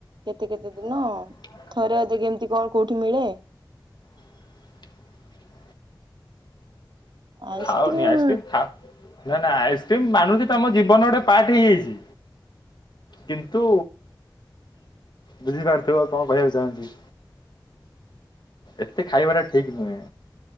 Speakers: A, on the right; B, on the left.
A: କେତେ କେତେ ଦିନ?
B: <unintelligible>
A: ଥରେ ଅଧେ କେ କେମିତି କଣ କୋଉଠି ମିଳେ
B: <unintelligible>
A: ଆଇସ୍କ୍ରିମ
B: ଆଉନି ଆଇସ୍କ୍ରି ଖ ନ ନା ଆଇସ୍କ୍ରିମ ମଧୁଛି ତମ ଜୀବନ ଗୋଟେ ପାର୍ଟ ହେଇଯାଇଛି? କିନ୍ତୁ ବୁଝିପାରୁଥିବ କଣ କହିବାକୁ ଚାହୁଁଚି? ଏତେ ଖାଇବା ଟା ଠିକ ନୁହେଁ?